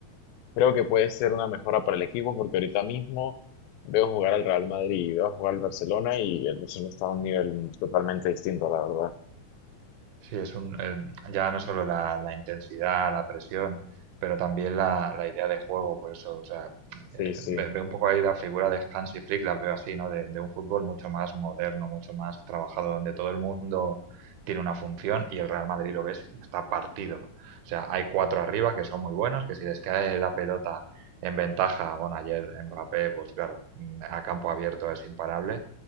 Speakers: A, on the left (about 80°); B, on the right (about 80°).
A: creo que puede ser una mejora para el equipo porque ahorita mismo veo jugar al Real Madrid y veo jugar al Barcelona y el Barcelona está a un nivel totalmente distinto, la verdad.
B: Sí, es un, eh, ya no solo la, la intensidad, la presión, pero también la, la idea de juego, por eso, o sea, eh,
A: Sí, sí.
B: ve- veo un poco ahí la figura de Hansi Flick, la veo así, ¿no? De, de un fútbol mucho más moderno, mucho más trabajado, donde todo el mundo tiene una función y el Real Madrid lo ves y está partido. O sea, hay cuatro arriba que son muy buenos, que si les cae la pelota en ventaja, bueno, ayer Mbappé, pues claro, mm, a campo abierto es imparable,